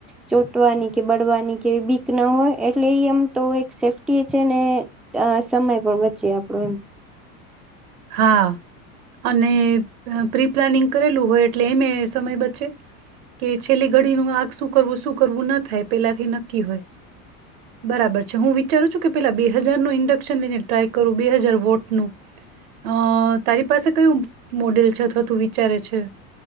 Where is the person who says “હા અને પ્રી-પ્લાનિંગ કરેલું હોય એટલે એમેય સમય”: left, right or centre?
Right